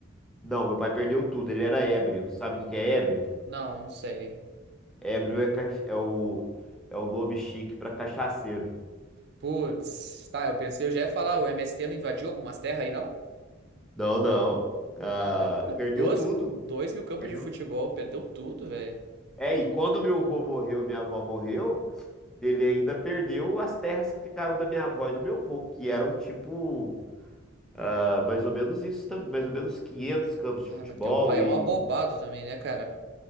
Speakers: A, in the centre; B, on the right.
A: Não, meu pai perdeu tudo, ele era ébrio. Sabe o que que é ébrio?
B: Não, não sei.
A: Ébrio é, ca- é o, é o nome chique para cachaceiro.
B: Putz, tá, eu pensei, eu já ia falar, o MST não invadiu algumas terras aí, não?
A: Não, não. Ah,
B: Caramba,
A: perdeu
B: 12,
A: tudo.
B: dois mil campos
A: Perdeu.
B: de futebol, perdeu tudo, velho.
A: É, e quando meu avô morreu, minha avó morreu, ele ainda perdeu as terras que ficaram da minha avó e do meu avô, que eram tipo, ah, mais ou menos isso, tam- mais ou menos 500 campos de
B: Ah,
A: futebol
B: mas teu pai
A: e
B: é um abobado também, né, cara?